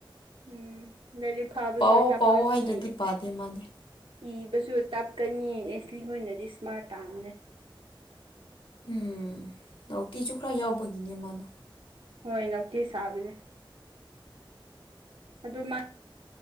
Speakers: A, on the right (about 80°); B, on the left (about 80°).
A: ꯎꯝ ꯂꯥꯏꯔꯤꯛ ꯐꯥꯕꯁꯨ
B: ꯄꯥꯎꯑꯣ
A: ꯇꯞꯀꯅꯤ
B: ꯄꯥꯎꯑꯣ ꯍꯥꯏꯗ꯭ꯔꯗꯤ ꯄꯥꯗꯦ ꯃꯥꯗꯤ
A: ꯏꯕꯁꯨ ꯇꯞꯀꯅꯤ ꯑꯦꯁꯂꯤꯣꯏ ꯑꯣꯏꯅꯗꯤ ꯏꯁꯃꯥꯔꯠ ꯇꯥꯅꯦ
B: ꯎꯝ ꯅꯥꯎꯇꯤꯁꯨ ꯈꯔ ꯌꯥꯎꯕꯒꯤꯅꯦ ꯃꯥꯗꯣ
A: ꯍꯣꯏ ꯅꯥꯎꯇꯤ ꯁꯥꯕꯅꯦ ꯑꯗꯨ ꯃꯥ